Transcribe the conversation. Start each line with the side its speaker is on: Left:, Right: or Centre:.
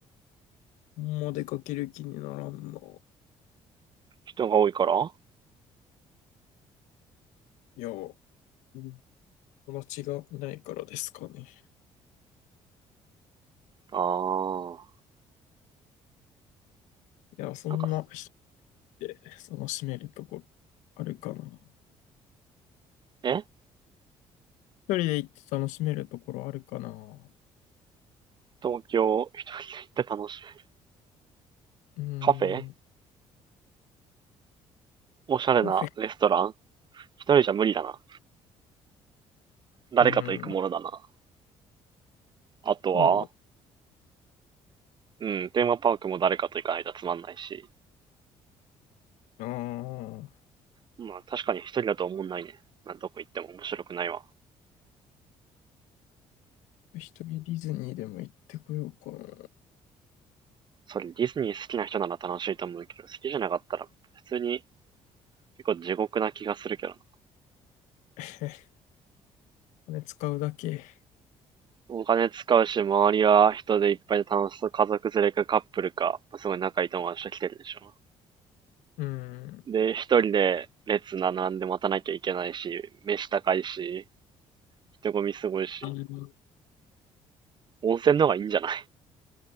Left: あんま出かける気にならんな。
Right: 人が多いからあ
Left: いや、うん友達がいないからですかね。
Right: ー。
Left: いや、そんな人っ
Right: なんか、
Left: て楽しめるとこあるかな。
Right: え
Left: 一人で行って楽しめるところあるかな。
Right: 東京行って楽しい。
Left: うーん、
Right: カフェおしゃれなレストラン
Left: カフェ。
Right: 一人じゃ無理だな。誰かと行くものだな。
Left: うーん、
Right: あとは、
Left: そう
Right: うん、テーマパークも誰かと行かないとつまんないし。
Left: だな。
Right: まあ確かに一人だと思んないね。まあどこ行っても面白くないわ。
Left: 一人ディズニーでも行ってこようかな。
Right: それディズニー好きな人なら楽しいと思うけど、好きじゃなかったら、普通に結構地獄な気がするけどな。
Left: <laughs> お金使うだけ。
Right: お金使うし、周りは人でいっぱいで楽しそう。家族連れかカップルか、すごい仲いい友達と来てるでしょ。
Left: うーん。
Right: で、一人で列並んで待たなきゃいけないし、飯高いし、人混みすごいし、
Left: あの
Right: 温泉の方がいいんじゃない